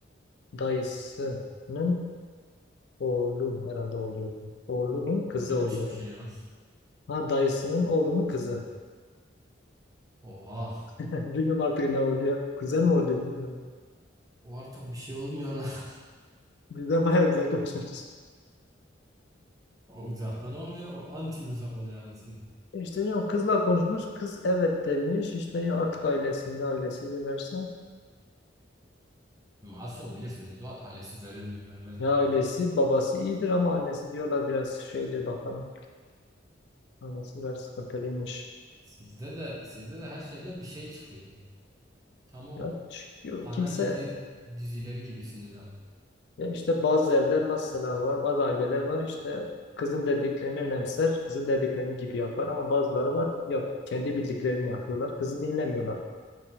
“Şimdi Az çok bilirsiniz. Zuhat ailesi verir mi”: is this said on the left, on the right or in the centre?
Right